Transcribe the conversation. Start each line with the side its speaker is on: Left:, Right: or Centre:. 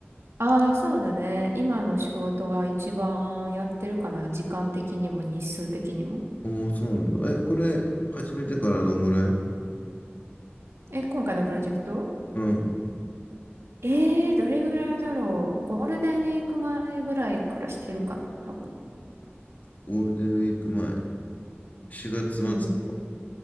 Right: ああ、そうだね。今の仕事が一番やってるかな。時間的にも日数的にも。
Left: おー、そうなんだ。え、これ始めてからどんぐらい
Right: え、今回のプロジェクト
Left: うん。
Right: えー、どれぐらいだろう。ゴールデンウィーク前ぐらいからしてるかな、多分。
Left: ゴールデンウィーク前。4月末とか。
Right: うん。